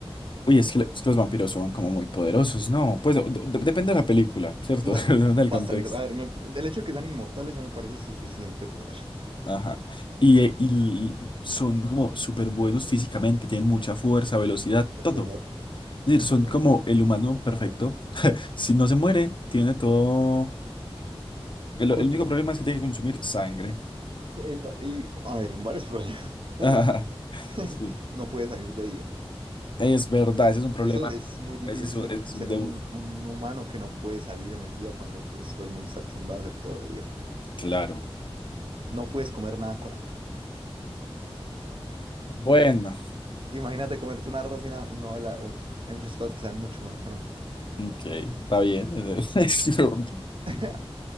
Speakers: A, on the left; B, on the right.
A: Uy, es que, es que los vampiros son como muy poderosos, ¿no? Pues o- de- depende de la película, ¿cierto?
B: No,
A: <laughs> Depende del
B: bastante.
A: contexto.
B: A ver, me- el hecho de que sean inmortales ya me parece suficiente poder. <laughs>
A: Ajá. Y, eh, y l- son como súper buenos físicamente, tienen mucha fuerza, velocidad,
B: Es
A: todo.
B: verdad,
A: Es decir,
B: es
A: son
B: verdad.
A: como el humano perfecto. <laughs> Si no se muere, tiene todo... El, el
B: Uy,
A: único
B: pero
A: problema es que tiene que consumir sangre.
B: Sí, epa, y a ver, varios problemas. <laughs>
A: <laughs>
B: Uno,
A: Ajá,
B: <laughs>
A: sí.
B: no puede salir de día.
A: Es verdad, ese es un problema.
B: Eso es muy difícil
A: Ese es
B: ser,
A: un, ese es
B: ser
A: un debuff.
B: un, un humano que no puede salir en el día cuando pues todo el mundo está acostumbrado a hacer todo de día.
A: Claro.
B: No puedes comer nada con ajo.
A: Bueno,
B: Imagínate comerte un arroz sin ajo. No, la- hay muchas cosas que saben mucho mejor con ajo.
A: ok, está bien, es <laughs> es cierto.
B: <laughs>